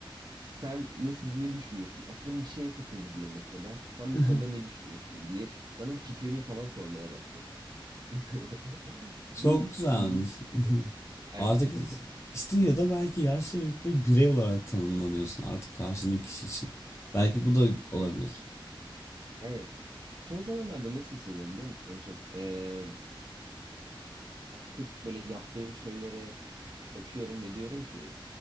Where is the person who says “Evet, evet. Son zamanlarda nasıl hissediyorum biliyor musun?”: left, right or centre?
Right